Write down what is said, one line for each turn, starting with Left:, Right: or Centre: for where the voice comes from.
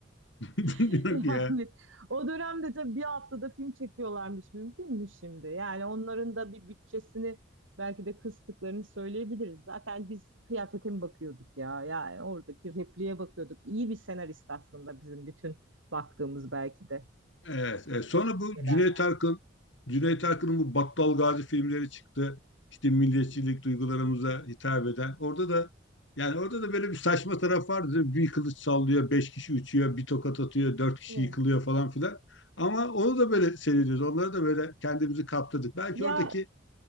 Left: Bilmiyorum
Right: <laughs> Yani
Left: ki ya.
Right: o dönemde tabii bir haftada film çekiyorlarmış mümkün mü şimdi. Yani onların da bir bütçesini belki de kıstıklarını söyleyebiliriz. Zaten biz kıyafete mi bakıyorduk ya? Yani oradaki repliğe bakıyorduk. İyi bir senarist aslında bizim bütün baktığımız belki de.
Left: Evet,
Right: Bu
Left: evet.
Right: bize
Left: Sonra
Right: hoş
Left: bu
Right: gelen
Left: Cüneyt
Right: yani.
Left: Arkın, Cüneyt Arkın'ın bu Battal Gazi filmleri çıktı. İşte milliyetçilik duygularımıza hitap eden. Orada da yani orada da böyle bir saçma taraf vardı. değil mi? Bir kılıç sallıyor, beş kişi uçuyor, bir tokat atıyor, dört kişi
Right: Evet.
Left: yıkılıyor falan filan. Ama onu da böyle seyrediyoruz. Onları da böyle kendimizi kaptırdık. Belki
Right: Ya
Left: oradaki